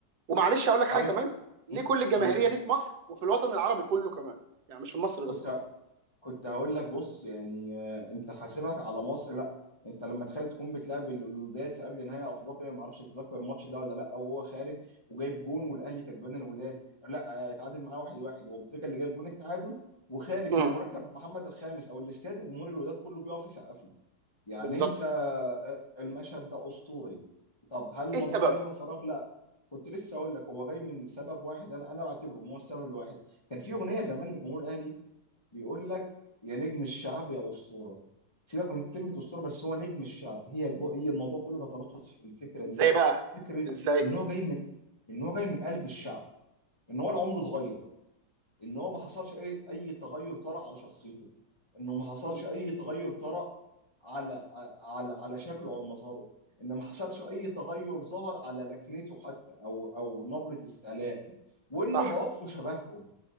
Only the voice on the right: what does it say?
ومعلش اقول لك
حاجه كمان
ليه كل الجماهيريه
دي في مصر وفي الوطن العربي كله كمان يعني مش في مصر
بس
امم
بالظبط
ايه السبب
ازاي
بقى
ازاي
مم.
صح